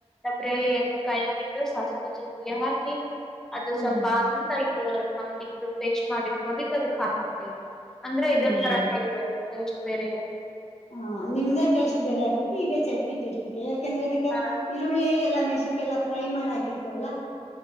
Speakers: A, in the centre; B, on the left (about 75°).
A: ಬ್ರಲ್ಲಿ ಎಣ್ಣೆ ಕಾಯಿಟ್ಟು ಸಾಸಣ ಜಡ್ಲಿ ಹಾಕಿ ಅದು
B: ಹ್ಮ್
A: ಸ್ವಲ್ಪ ಆ ನಿಂದ ಐ ಮಾಡಿದ್ದು ಪೇಸ್ಟ್ ಮಾಡಿಟ್ಕೊಂಡಿದ್ದು ಅದಕ್ ಹಾಕ್ಬ ಅಂದ್ರೆ ಇದೊನ್
B: ಹ್ಮ್
A: ತರಾಟೆ ಟೇಸ್ಟ್ ಬೇರೆ ಇರುೆ
B: ಹ ನಿಮ್ದ ಟೇಸ್ಟ್ ಬೇರೆ ಆಗ್ತತಿ ಈ ಚಟ್ನಿ ಟೇಸ್ಟ್ ಯಾಕೆಂದ್ರೆ ಇದಕ್ಕೆ
A: ಹಾ
B: ಈರುಳ್ಳಿ ಎಲ್ಲಾ ಮೆ ಮಾಡ ಹ